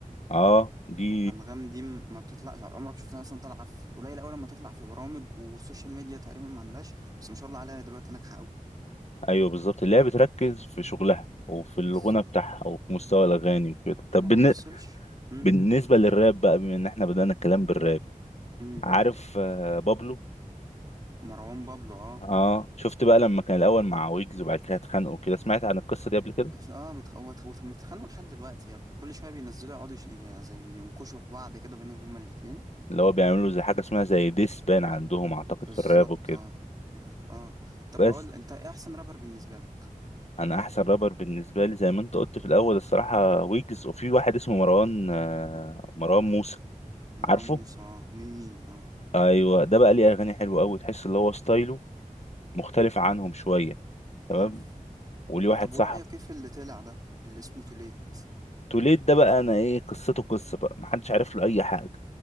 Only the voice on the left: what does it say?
اه دي
ايوه بالظبط اللي هي بتركز في شغلها وفي الغنى
بتاعها وفي مستوى الاغاني وكده طب
بالن-
بالنسبه للراب بقى بما ان احنا بدانا الكلام بالراب
عارف آه، بابلو
اه شفت بقى لما كان الاول مع ويجز وبعد كده اتخانقوا كده سمعت عن القصه دي قبل كده
اللي هو بيعملوا زي حاجه اسمها زي ديس بان عندهم اعتقد
في الراب وكده
بس
انا احسن رابر بالنسبه لي زي ما انت قلت في الاول الصراحه ويجز وفي واحد اسمه مروان آه، مروان موسى
عارفه
ايوه ده بقى ليه اغاني حلوه قوي تحس اللي هو ستايله مختلف عنهم شويه تمام
وليه واحد
صاحبي
توليد ده بقى انا ايه قصته قصه بقى محدش عارف له اي حاجه